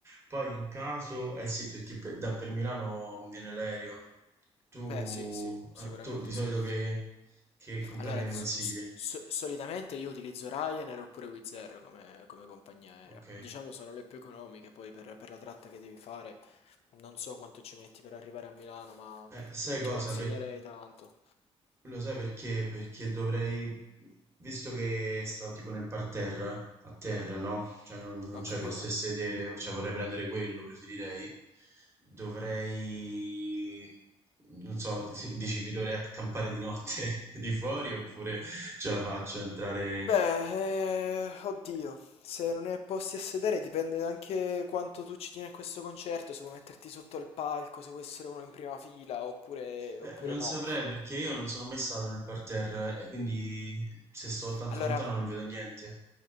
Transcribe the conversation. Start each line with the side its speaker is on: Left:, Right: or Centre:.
Right: Poi in caso, eh sì, perché per, da per Milano conviene l'aereo. Tu,
Left: Beh, sì, sì, sicuramente
Right: ah, tu di solito
Left: sì.
Right: che, che compagnia
Left: Allora, di
Right: mi
Left: s-
Right: consigli?
Left: s- so- solitamente io utilizzo Ryanair oppure Wizz Air come, come compagnia aerea.
Right: Ok. Eh,
Left: Diciamo sono le più economiche, poi per, per la tratta che devi fare, non so quanto ci metti per arrivare a Milano, ma
Right: sai
Left: non ti
Right: cosa?
Left: consiglierei
Right: Per-
Left: tanto.
Right: Lo sai perché? Perché dovrei, visto che sto tipo nel parterre, a terra, no? Cioè non, non
Left: Ho
Right: c'ho
Left: capito.
Right: i posti a sedere, cioè vorrei prendere quello, preferirei. Dovrei, non so, se- dici mi dovrei accampare di notte <laughs> di fuori oppure ce la faccio a entrare?
Left: Beh, eh, oddio, se non hai posti a sedere dipende anche quanto tu ci tieni a questo concerto, se vuoi metterti sotto il palco, se vuoi essere uno in prima fila oppure,
Right: Eh,
Left: oppure
Right: non
Left: no.
Right: saprei perché io non sono mai stato nel parterre e quindi se sto tanto
Left: Allora,
Right: lontano non vedo niente.